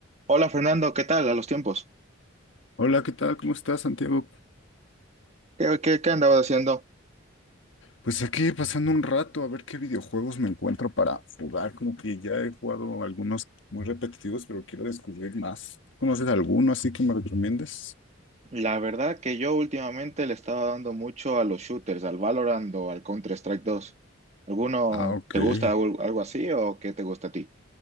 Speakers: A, on the right (about 35°); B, on the left (about 65°).
A: Hola Fernando, ¿qué tal a los tiempos?
B: Hola, ¿qué tal? ¿Cómo estás, Santiago?
A: ¿Qué, qué, qué andabas haciendo?
B: Pues aquí pasando un rato a ver qué videojuegos me encuentro para jugar. Como que ya he jugado algunos muy repetitivos, pero quiero descubrir más. ¿Conoces alguno así que me recomiendes?
A: La verdad que yo últimamente le estaba dando mucho a los shooters, al Valorant o al Counter-Strike 2. ¿Alguno
B: Ah, ok.
A: te
B: He
A: gusta algo, algo así o qué te gusta a ti?